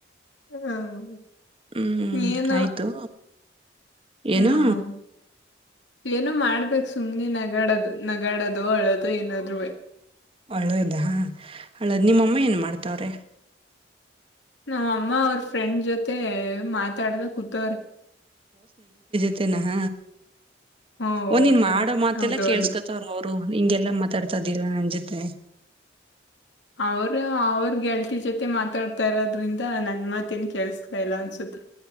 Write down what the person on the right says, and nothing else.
ಹ್ಮ್
ಆಯ್ತು ಏನ
ಹಳದ ಹಾ ಹಳದ್ ನಿಮ್ಮಮ್ಮ ಏನ್ ಮಾಡ್ತವ್ರೆ
ಮತ್ತೇನಾ ಹ
ಒಂದಿನ್ ಮಾಡೋ
ಮಾತಲ್ಲ
ಕೇಳ್ಸ್ಕೊತವ್ರ ಅವ್ರು ಹಿಂಗೆಲ್ಲಾ ಮಾತಾಡ್ತಾದಿಲ್ಲ ನನ್ ಜೊತೆ